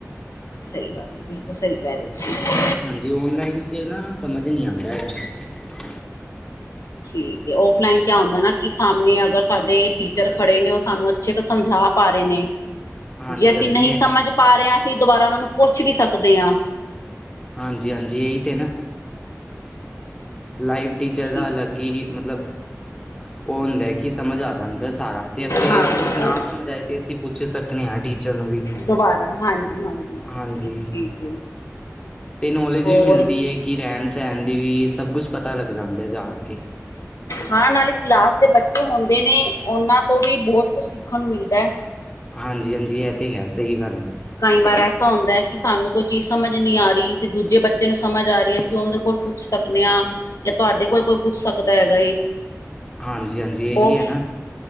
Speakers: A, on the left; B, on the left.
A: ਸਹੀ ਗੱਲ ਬਿਲਕੁਲ ਸਹੀ ਕਹਿ ਰਹੇ ਹੋ ਤੁਸੀਂ।
B: ਹਾਂਜੀ, ਔਨਲਾਈਨ ਚ ਨਾ ਸਮਝ ਨੀ ਆਉਂਦਾ ਹੈਗਾ।
A: ਠੀਕ ਏ, ਓਫਲਾਈਨ ਚ ਆਉਂਦਾ ਨਾ ਸਾਹਮਣੇ ਅਗਰ ਸਾਡੇ ਟੀਚਰ ਖੜੇ ਨੇ ਉਹ ਸਾਨੂੰ ਅੱਛੇ ਤੋਂ ਸਮਝਾ ਪਾ ਰਹੇ ਨੇ।
B: ਹਾਂਜੀ
A: ਜੇ ਅਸੀਂ
B: ਹਾਂਜੀ
A: ਨਹੀਂ
B: ਹੈ
A: ਸਮਝ ਪਾ ਰਹੇ ਹ ਅਸੀਂ ਦੁਬਾਰਾ ਉਹਨਾਂ ਨੂੰ ਪੁੱਛ ਵੀ ਸਕਦੇ ਹਾਂ।
B: ਹਾਂਜੀ-ਹਾਂਜੀ, ਇਹ ਤੇ ਨਾ। ਲਾਈਵ ਟੀਚਰ
A: ਠੀਕ
B: ਦਾ ਅਲੱਗ ਹੀ ਮਤਲਬ ਉਹ ਹੁੰਦਾ ਕਿ ਸਮਝ ਆ ਜਾਂ ਹੁੰਦਾ ਸਾਰਾ ਅਤੇ ਅਸੀਂ
A: ਹਾਂ
B: ਕੁਛ ਨਾ ਸਮਝ ਆਏ ਅਤੇ ਅਸੀਂ ਪੁੱਛ ਸਕਦੇ ਹਾਂ ਟੀਚਰ ਨੂੰ ਵੀ।
A: ਦੁਬਾਰਾ ਹਾਂਜੀ--ਹਾਂਜੀ
B: ਹਾਂਜੀ
A: ਠੀਕ-ਠੀਕ ਹੈ।
B: ਤੇ ਨੌਲੇਜ
A: ਹੋਰ
B: ਵੀ ਮਿਲਦੀ ਹੈ ਕਿ ਰਹਿਣ- ਸਹਿਣ ਦੀ ਵੀ ਸਭ ਕੁਛ ਪਤਾ ਲੱਗ ਜਾਂਦਾ ਜਾ ਕੇ
A: ਹਾਂ, ਨਾਲੇ ਕਲਾਸ ਦੇ ਬੱਚੇ ਜੋਹੁੰਦੇ ਨੇ ਉਹਨਾਂ ਤੋਂ ਵੀ ਬਹੁਤ ਕੁਝ ਸਿੱਖਣ ਨੂੰ ਮਿਲਦਾ ਹੈ।
B: ਹਾਂਜੀ-ਹਾਂਜੀ ਇਹ ਤੇ ਹੈ ਸਹੀ ਗੱਲ ਏ।
A: ਕਈ ਵਾਰ ਐਸ ਐਸਾ ਹੁੰਦਾ ਹੈ ਕਿ ਸਾਨੂੰ ਕੋਈ ਚੀਜ਼ ਸਮਝ ਨਹੀ ਆ ਰਹੀ ਤੇ ਦੂਜੇ ਬੱਚੇ ਨੂੰ ਸਮਝ ਆ ਰਹੀ ਅਸੀਂ ਉਹਦੇ ਕੋਲ ਪੁੱਛ ਸਕਦੇ ਹਾਂ। ਜਾਂ ਤੁਹਾਡੇ ਕੋਲ ਕੋਈ ਪੁੱਛ ਸਕਦਾ ਹੈਗਾ।
B: ਹਾਂਜੀ-ਹਾਂਜੀ ਇਹੀ
A: ਉਫ
B: ਹੈ ਨਾ